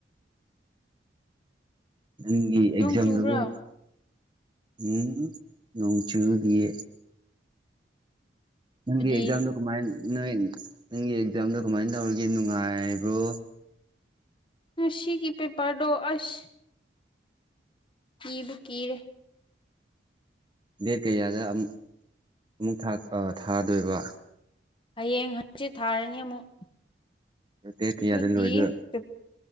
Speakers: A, on the right; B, on the left.
A: ꯅꯪꯒꯤ ꯑꯦꯛꯖꯥꯝꯗꯨꯕꯨ
B: ꯅꯣꯡ ꯆꯨꯕ꯭ꯔꯥ
A: ꯎꯝ ꯅꯣꯡ ꯆꯨꯕꯒꯤ ꯅꯪꯒꯤ
B: ꯑꯗꯨꯗꯤ
A: ꯑꯦꯛꯖꯥꯝꯗꯣ ꯀꯃꯥꯏ ꯅꯣꯏ ꯅꯪꯒꯤ ꯑꯦꯛꯖꯥꯝꯗꯣ ꯀꯃꯥꯏꯅ ꯇꯧꯔꯒꯦ ꯅꯨꯡꯉꯥꯏꯕ꯭ꯔꯣ
B: ꯈꯨꯅꯨꯡꯁꯤꯤꯒꯤ ꯄꯦꯄꯔꯗꯣ ꯑꯁ ꯀ ꯕꯀꯔ
A: ꯗꯦꯠ ꯀꯌꯥꯗ ꯑꯃꯨꯛ ꯑꯃꯨꯛ ꯊꯥꯗꯣꯏꯕ
B: ꯍꯌꯦꯡ ꯍꯪꯆꯤꯠ ꯊꯥꯔꯅꯤ ꯑꯃꯨꯛ
A: ꯗꯦꯠ ꯀꯌꯥꯗ
B: ꯑꯗꯨꯗꯤ
A: ꯂꯣꯏꯗꯣꯏ
B: ꯄꯦꯞ